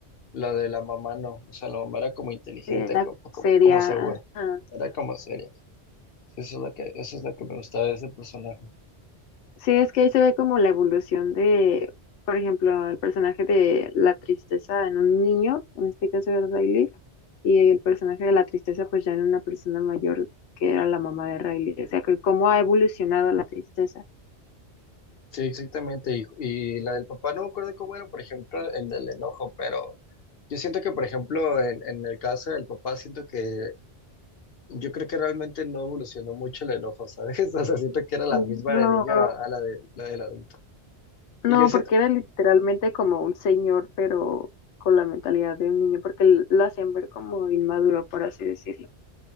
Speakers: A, on the left; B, on the left.
A: la de la mamá no, o sea, la mamá era como inteligente,
B: Sí, la
A: como, como,
B: seria.
A: como segura,
B: ajá.
A: era como seria. Eso es lo que, eso es lo que me gustaba de ese personaje.
B: Sí, es que ahí se ve como la evolución de, por ejemplo, el personaje de la tristeza en un niño, en este caso era Riley, y el personaje de la tristeza pues ya en una persona mayor que era la mamá de Riley. O sea, que cómo ha evolucionado la tristeza.
A: Sí, exactamente. Y, y la del papá, no me acuerdo cómo era, por ejemplo, el del enojo, pero yo siento que, por ejemplo, en, en el caso del papá, siento que yo creo que realmente no evolucionó mucho el enojo, ¿sabes? <laughs> O sea, siento que era la
B: No.
A: misma de niña a la, de, la del adulto.
B: No,
A: Y yo siento,
B: porque era literalmente como un señor, pero con la mentalidad de un niño, porque l- lo hacían ver como inmaduro, por así decirlo.